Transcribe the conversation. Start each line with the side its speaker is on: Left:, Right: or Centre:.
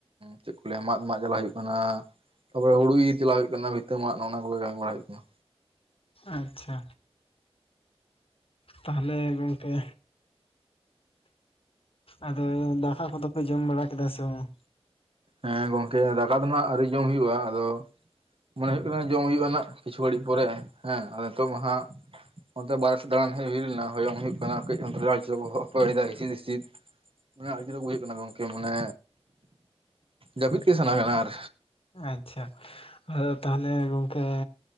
Right: ᱪᱮᱫ ᱠᱚ ᱞᱟᱹᱭᱟ ᱢᱟᱫ ᱢᱟᱜ ᱪᱟᱞᱟᱜ ᱦᱩᱭᱩᱜ ᱠᱟᱱᱟ ᱛᱟᱨᱯᱚᱨᱮ ᱦᱩᱲᱩ ᱤᱨ ᱪᱟᱞᱟᱜ ᱦᱩᱭᱩᱜ ᱠᱟᱱᱟ ᱵᱷᱤᱛᱟᱹ ᱢᱟᱜ ᱚᱱᱟ ᱠᱚᱜᱮ ᱵᱟᱲᱟᱭ ᱦᱩᱭᱩᱜ ᱠᱟᱱᱟ
Left: ᱟᱪᱪᱷᱟ ᱛᱟᱦᱚᱞᱮ ᱜᱚᱢᱠᱮ ᱟᱫᱚ ᱫᱟᱠᱟ ᱠᱚᱫᱚᱯᱮ ᱡᱚᱢ ᱵᱟᱲᱟ ᱠᱮᱫᱟ ᱥᱮ ᱵᱟᱝ
Right: ᱦᱮᱸ ᱜᱚᱝᱠᱮ ᱫᱟᱠᱟ ᱫᱚ ᱱᱟᱜ ᱟᱹᱨᱤ ᱡᱚᱢ ᱦᱩᱭᱩᱜᱼᱟ ᱟᱫᱚ ᱢᱚᱱᱮ ᱦᱩᱭᱩᱜ ᱠᱟᱱᱟ ᱡᱚᱢ ᱦᱩᱭᱩᱜᱱᱟᱜ ᱠᱤᱪᱷᱩ ᱜᱷᱟᱹᱲᱤᱡ ᱯᱚᱨᱮ ᱦᱮᱸ ᱱᱤᱛᱚᱜ ᱢᱟ ᱦᱟᱸᱜ ᱚᱱᱛᱮ ᱵᱟᱨᱮ ᱥᱮᱫ ᱫᱟᱬᱟᱱ ᱦᱩᱭ ᱞᱮᱱᱟ ᱦᱚᱭᱚᱝ ᱦᱩᱭᱩᱜ ᱠᱟᱱᱟ ᱠᱟ. ᱡ ᱚᱱᱛᱮ ᱨᱮ ᱵᱳᱦᱳᱜ ᱠᱚᱭ ᱦᱚᱭ ᱮᱫᱟ ᱦᱤᱥᱤᱫ ᱦᱤᱥᱤᱫ ᱢᱟᱱᱮ ᱟᱹᱰᱤᱡ ᱨᱚᱜᱽ ᱦᱩᱭᱩᱜ ᱠᱟᱱᱟ ᱜᱚᱝᱠᱮ ᱢᱟᱱᱮ ᱡᱟᱹᱯᱤᱫ ᱜᱮ ᱥᱟᱱᱟ ᱠᱟᱱᱟ ᱟᱨ
Left: ᱟᱪᱪᱷᱟ ᱟᱫᱚ ᱛᱟᱦᱚᱞᱮ ᱜᱚᱝᱠᱮ